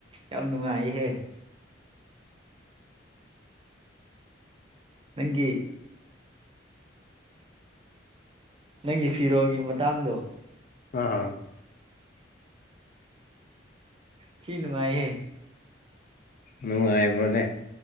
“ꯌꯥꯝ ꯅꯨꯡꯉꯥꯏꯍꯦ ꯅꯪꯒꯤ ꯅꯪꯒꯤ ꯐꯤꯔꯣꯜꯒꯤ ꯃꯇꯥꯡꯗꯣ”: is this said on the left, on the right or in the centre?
Right